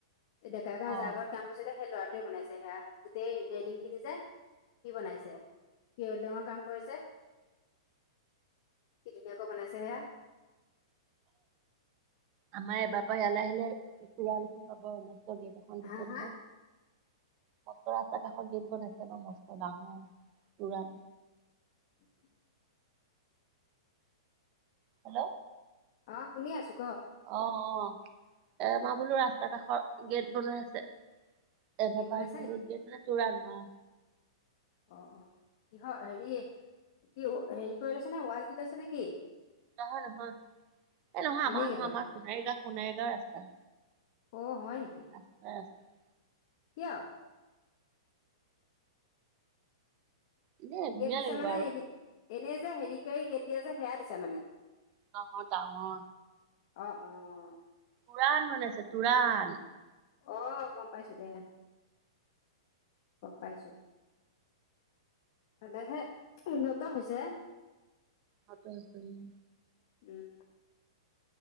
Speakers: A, on the left; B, on the right.
A: এ ডেকা গাঁৱত
B: অ',
A: যাৰ ঘৰত কাম কৰিছিলে সেই ল'ৰা বনাইছে সেয়া গোটেই ৰেলিং খিনি যে সি বনাইছে, সি ৱেল্ডিংৰ কাম কৰে যে কি ধুনীয়াকৈ বনাইছে সেয়া।
B: আমাৰ এবাৰ পৰা ইয়ালৈ আহিলে, এখন <unintelligible> পাব গেট এখন দিছে
A: হা হা
B: নহয়। <unintelligible> ৰাস্তাৰ কাষৰ গেট বনাইছে ন মস্ত ডাঙৰ তুৰাণ
A: উম।
B: হেল্ল'।
A: অ শুনি আছোঁ।
B: অ অ। এ আমাৰ বোলো ৰাস্তা কাষৰ গেট বনাই আছে। এবাৰ
A: গেট বনাইছে
B: পাৰিলে
A: নেকি
B: <unintelligible>
A: অ অ কিহৰ হেৰি কি হেৰি কৰি লৈছে নে ৱাল দি লৈছে নে কি?
B: নহয় নহয় এই নহয়
A: এনেই
B: আমাৰ
A: গেট
B: নহয়
A: লগাই
B: আমাৰ সোণাৰীগাঁও সোণাৰীগাঁও ৰাস্তা।
A: অ হয় নেকি
B: <unintelligible>
A: কিয়?
B: এনে ধুনীয়া
A: গেট দিছে
B: লাগিব
A: মানে
B: আৰু
A: এনে এনেই যে হেৰি কৰি গেট দিয়া যে সেয়া দিছে মানে।
B: নহয় ডাঙৰ।
A: অ' অ'।
B: তোৰাণ বনাইছে তোৰাণ।
A: অ' গম পাইছো দে, গম পাইছো। ভালেহে উন্নত হৈছে।
B: হাতৰ‌ ইচপেলিং।
A: উম।